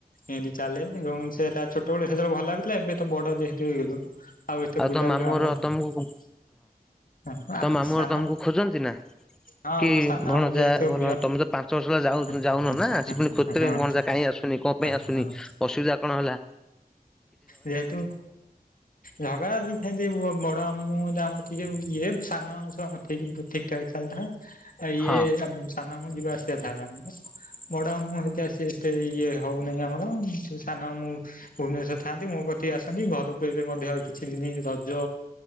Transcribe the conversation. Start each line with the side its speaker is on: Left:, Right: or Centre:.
Left: ଏଁତି ଚାଲେ ଏବଂ ସେଟା ଛୋଟବେଳେ ସେତେବେଳେ ଭଲ ଲାଗିଥିଲା ଏବେ ତ ବଡ ଯେହେତ ହେଇଗଲୁଣୁ। ଆଉ ଏତେ ବୁଲାବୁଲି
Centre: ତମ ମାମୁଁ
Left: ମାମୁଁଘର
Centre: ଘର ତମକୁ
Left: ନାଇ
Centre: ହଁ
Left: ହଁ
Centre: ତମ ମାମୁଁ
Left: ଆ ସାନ
Centre: ଘର ତମକୁ ଖୋଜନ୍ତି ନା?
Left: ହଁ
Centre: କି
Left: ମୋ ସାନ
Centre: ଭଣଜା
Left: ମାମୁଁ ଯେହେତୁ
Centre: ଭଲ
Left: ବି ଅ
Centre: ତମେ ତ ପାଞ୍ଚ ବର୍ଷ ହେଲା ଯାଉ
Left: ଅଁ
Centre: ଯାଉନ ନା ସେ ପୁଣି ଖୋଜୁଥିବେ
Left: ହଁ ଅଁ
Centre: ଭଣଜା କାହିଁ ଆସୁନି କଣ
Left: ହଁ। <unintelligible>
Centre: ପାଇଁ ଆସୁନି ଅସୁବିଧା କଣହେଲା।
Left: ଯେହେତୁ। ଝଗଡା ବି ସେମତି ବ ବଡ ମାମୁଁ ସହ ଆମର ଟିକେ ଇଏ ସାନ ମାମୁଁ ସବହ ଆମର ଠିକ୍। ଠିକ୍ ଠାକ ଚାଲି ଥାଏ ଆ ଇଏ।
Centre: ହଁ
Left: ସାନ ମାମୁଁ ଯିବା ଆସିବା ଥାଏ ଆମର ବଡ ମାମୁଁ ଘରିକା ସେ ସେ ଇଏ ହଉନାହିଁ ଆମର ସାନ ମାମୁଁ। ଭୁବନେଶ୍ଵର ଥାଆନ୍ତି ମୋ କତିକି ଆସନ୍ତି ଘରକୁ ଏ ବେ ମଧ୍ୟ କିଛିି ଦିନି ରଜ।